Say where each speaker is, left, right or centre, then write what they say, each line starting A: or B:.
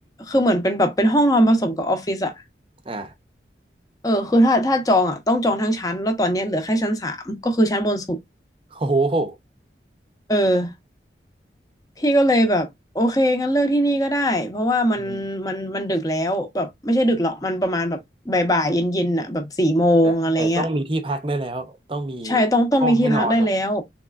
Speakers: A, on the left; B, on the right.
A: คือเหมือนเป็นแบบเป็นห้องนอนผสมกับออฟฟิศอ่ะ
B: อ่า
A: เออคือถ้าถ้าจองอ่ะต้องจองทั้งชั้นแล้วตอนเนี้ยเหลือแค่ชั้นสามก็คือชั้นบนสุด
B: โอ้โห
A: เออพี่ก็เลยแบบโอเคงั้นเลือกที่นี่ก็ได้เพราะว่ามันมันมันดึกแล้วแบบไม่ใช่ดึกหรอกมันประมาณแบบบ่ายๆเย็นๆอ่ะแบบสี่โมงอะไรเงี้ย
B: อืมแต่แต่ต้องมีที่พักได้แล้วต้องมี
A: ใช่ต้องต้องมีที่พักได้แล้ว
B: ห้องให้นอนละ